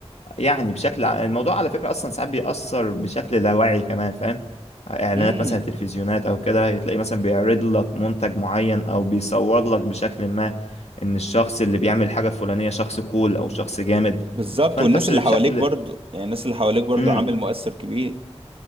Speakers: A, on the left; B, on the right.
A: يعني بشكل ع- الموضوع على فكرة أصلا ساعات بيأثر بشكل لا واعي كمان فاهم إعلانات
B: امم
A: مثلا تلفزيونات أو كده تلاقي مثلا بيعرض لك منتج معين أو بيصور لك بشكل ما إن الشخص اللي بيعمل حاجة فلانية شخص كول أو شخص جامد
B: بالظبط
A: فأنت
B: والناس
A: بش-
B: اللي
A: بشكل
B: حواليك برضو يعني الناس اللي حواليك برضو
A: امم
B: عامل مؤثر كبير